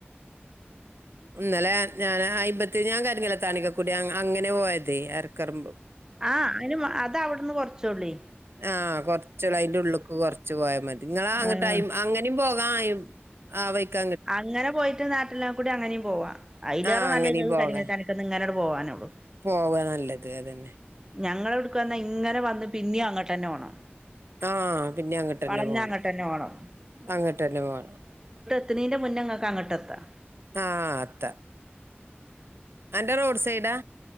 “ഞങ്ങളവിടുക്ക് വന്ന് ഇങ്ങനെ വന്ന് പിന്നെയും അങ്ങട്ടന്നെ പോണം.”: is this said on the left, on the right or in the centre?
Right